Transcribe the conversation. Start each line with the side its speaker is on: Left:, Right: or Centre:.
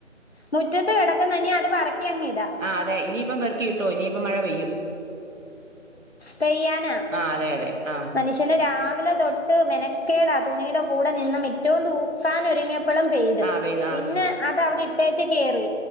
Left: മുറ്റത്ത് കിടക്കുന്ന് ഇനി അത് പറക്കി അങ്ങ് ഇടാ
Right: ആഹ് അതെ ഇനിയിപ്പം പെറുക്കി ഇട്ടോ ഇനിയിപ്പം മഴ പെയ്യും
Left: പെയ്യാനാ
Right: ആ അതെ അതെ ആ
Left: മനുഷ്യന് രാവിലെ തൊട ട്ട് മെനക്കേടാ തുണിയുടെ കൂടെ നിന്നും മിറ്റവും തൂക്കാനൊരുങ്ങിയ പ്പളും പെയ്ത്
Right: ആ
Left: പിന്നെ
Right: ആ
Left: അത് അവിടെ ഇട്ടേച്ച് കേറി